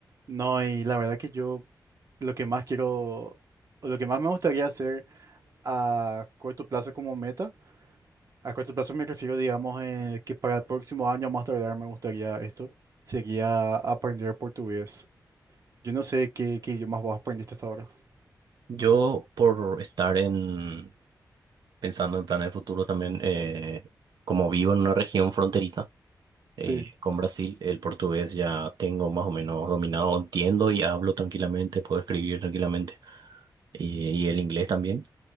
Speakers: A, on the right (about 50°); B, on the right (about 75°).
A: No, y la verdad que yo lo que más quiero, o lo que más me gustaría hacer a corto plazo como meta, a corto plazo me refiero, digamos, eh, que para el próximo año más tardar me gustaría esto, sería aprender portugués. Yo no sé qué, qué idiomas vos aprendiste hasta ahora.
B: Yo, por estar en pensando en planes de futuro también, eh, como vivo en una región fronteriza eh,
A: Sí.
B: con Brasil, el portugués ya tengo más o menos dominado, entiendo y hablo tranquilamente, puedo escribir tranquilamente, y, y el inglés también.